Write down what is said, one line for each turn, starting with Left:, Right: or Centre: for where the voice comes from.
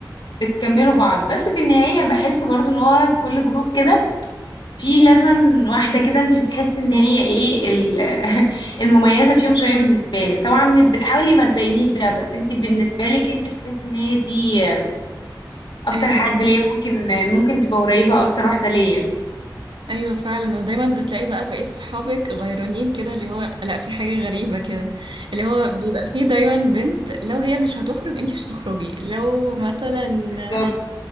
Left: بتكملوا بعض بس في النهايه بحس برضو ان هو في كل جروب كده في لازم واحده كده انت بتحس ان هي ايه ال- <laughs> المميزه فيهم شويه بالنسبه لك طبعا بتحاولي ما تبينيش ده بس انت بالنسبه
Right: <laughs>
Left: لك انت بتحس ان هي دي آه، اكتر
Right: ايوه
Left: حد ليا ممكن ممكن تبقى قريبه اكتر واحده ليا
Right: ايوه فعلا ودايما بتلاقي بقى بقيت صحابك غيرانين كده اللي هو لا في حاجه غريبه كده اللي هو بيبقى فيه دايما بنت لو هي مش هتخرج انتي مش هتخرجي لو مثلا
Left: بالظبط